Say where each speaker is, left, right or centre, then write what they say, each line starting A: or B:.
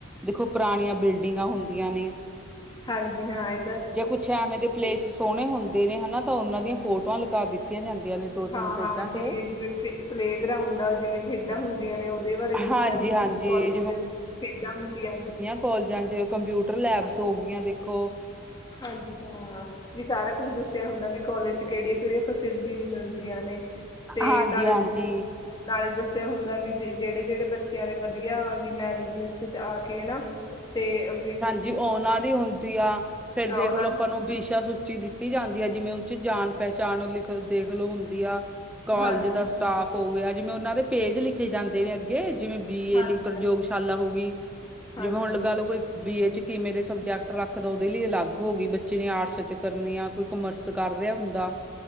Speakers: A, in the centre; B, on the left.
A: ਦੇਖੋ ਪੁਰਾਨੀਆਂ ਬਿਲਡਿੰਗਾਂ ਹੁੰਦੀਆਂ ਨੇ।
B: ਹਾਂਜੀ, ਹਾਂ ਏ
A: ਜੇ ਕੁੱਛ ਐਵੇਂ ਦੇ ਪਲੇਸ ਸੋਣੇ ਹੁੰਦੇ ਨੇ, ਹਨਾ ਤੇ ਉਨਾਂ ਦੀਆਂ ਫੋਟੋਆਂ ਲਗਾ ਦਿੱਤੀਆਂ ਜਾਂਦੀਆਂ ਨੇ ਦੋ ਤਿੰਨ
B: ਹਾਂ-ਹਾਂ,
A: ਪੇਜਾਂ
B: ਜਿਵੇਂ-ਜਿਵੇਂ
A: ਤੇ
B: ਪਲੇ ਪਲੇਅ ਗਰਾਉਂਡ ਆ, ਜਿਵੇਂ ਖੇਡਾਂ ਹੁੰਦ ਹੂਂਦੀਆਂ ਨੇ, ਓਦੇ ਬਾਰੇ ਦੱਸੇਆ
A: ਹਾਂਜੀ
B: ਹੁੰਦੈ
A: ਹਾਂਜੀ
B: ਵੀ ਕੋਲੇਜ ਚ ਖੇਡਾਂ ਹੁੰਦੀਆਂ ਨੇ।
A: ਕੋਲਜਾਂ ਚ ਕੰਪਿਊਟਰ ਲੈਬਸ
B: ਹਾਂਜੀ-ਹਾਂ,
A: ਹੋ ਗਈਆਂ ਦੇਖੋ
B: ਵੀ ਸਾਰਾ ਕੁਝ ਦੱਸੇਆ ਹੁੰਦਾ ਵੀ ਕੋਲਜ ਚ ਕੇੜੀਆਂ-ਕੇੜੀਆਂ ਫੈਸਿਲਿਟੀਜ਼ ਮਿਲਦੀਆਂ ਨੇ, ਤੇ
A: ਹਾਂਜੀ
B: ਨਾਲੇ
A: ਹਾਂਜੀ
B: ਨਾਲੇ ਦੱਸੇਆ ਹੁੰਦੈ ਵੀ ਜੇ ਜੇੜੇ-ਜੇੜੇ ਬੱਚੇਆਂ ਨੇ ਵਦੀਆ ਵੀ ਮੈਰਿਡ ਲਿਸਟ ਚ ਆ ਕੇ, ਹਨਾ। ਤੇ ਅਵੀ
A: ਜੀ ਓਨਾਂ ਦੀ ਹੁੰਦੀ ਆ, ਫੇਰ
B: ਹਾਂ
A: ਦੇਖ
B: ਉਹਨਾਂ
A: ਲੋ
B: ਦੀ
A: ਅਪਾਂ ਨੂੰ ਬਿਸ਼ਾ ਸੂਚੀ ਦਿੱਤ ਤੀ ਜਾਂਦੀ ਆ, ਜਿਵੇਂ ਉਚ ਜਾਨ ਪੈਹਚਾਨ ਓ ਲਿਖ ਦੇਖਲੋ ਹੁੰਦੀ ਆ, ਕੋਲਜ
B: ਹਾਂਜੀ
A: ਦਾ ਸਟਾਫ ਹੋ ਗੇਆ, ਜਿਵੇਂ ਓਨਾਂ ਦੇ ਪੇਜ ਲਿਖੇ ਜਾਂਦੇ ਨੇ ਅੱਗੇ ਜਿਵੇਂ ਬੀ ਏ
B: ਹਾਂਜੀ
A: ਲਈ ਪ੍ਰਯੋਗਸ਼ਾਲਾ ਹੋ ਗਈ,
B: ਹਾਂਜੀ
A: ਜਿਵੇਂ ਹੁਣ ਲ ਕੋਈ ਬੀ ਏ ਚ ਕਿਵੇਂ ਦੇ ਸਬਜੈਕਟ ਰਾੱਖਦਾ ਉਦੇ ਲਈ ਅਲੱਗ ਹੋ ਗਈ, ਬੱਚੇ ਨੇ ਆਰਟਸ ਚ ਕਰਨੀ ਆ ਕੋ ਕੋਮਰਸ ਕਰ ਰੇਆ ਹੁੰਦਾ,